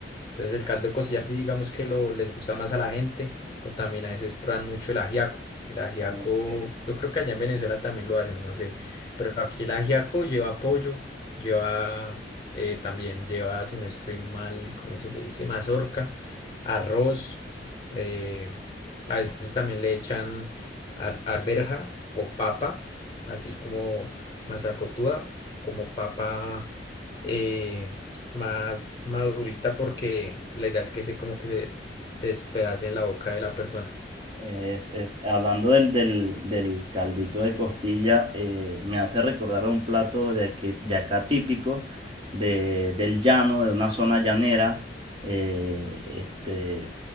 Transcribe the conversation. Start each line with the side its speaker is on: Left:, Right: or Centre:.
Left: Entonces el caldo de cocina sí digamos que lo, les gusta más a la gente o también a veces prueban mucho el ajiaco. El ajiaco,
Right: Ok.
Left: yo creo que allá en Venezuela también lo hacen, no sé, pero aquí el ajiaco lleva pollo, lleva eh, también lleva, si no estoy mal, ¿cómo se le dice? Mazorca, arroz, eh, a veces también le echan ar- arberja o papa, así como mazacotuda, como papa. eh, más madurita porque la idea es que se como que se, se despedace en la boca de la persona.
Right: Es- es- hablando del, del, del caldito de costilla, eh, me hace recordar un plato de, aquí- de acá típico, de, del llano, de una zona llanera, eh, este,